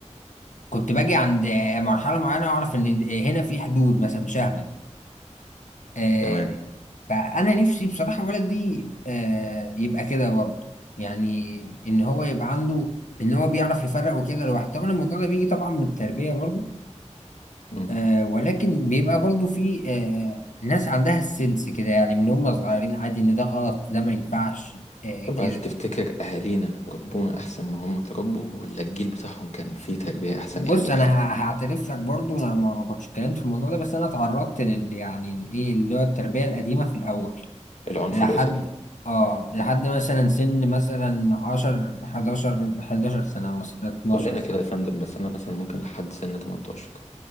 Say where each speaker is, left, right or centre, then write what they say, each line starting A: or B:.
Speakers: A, on the left; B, on the left.
A: كنت باجي عند مرحلة معينة أعرف إن هنا في حدود مثلا مش ههبل آه،
B: تمام
A: فأنا نفسي بصراحة ولدي آه، يبقى كده برضه يعني إن هو يبقى عنده إن هو بيعرف يفرق وكده لوحده طبعا الموضوع ده بيجي طبعا من التربية برضه
B: مم.
A: آه ولكن بيبقى برضو في آه ناس عندها السنس كده يعني من هم صغيرين عادي ان ده غلط ده ما ينفعش آه
B: طب
A: كده
B: هل تفتكر أهالينا ربونا أحسن ما هم تربوا ولا الجيل بتاعهم كان فيه تربية أحسن
A: بص
B: يعني
A: انا ه- هعترف لك برضو انا ما كنتش اتكلمت في الموضوع ده بس انا اتعرضت لل يعني الايه اللي هو التربية القديمة في الاول
B: العنف
A: لحد
B: الأسري؟
A: اه لحد مثلا سن مثلا 10 11 11 سنة مثلا 12
B: كلنا
A: سنة
B: كده يا فندم بس أنا مثلا ممكن لحد سن 18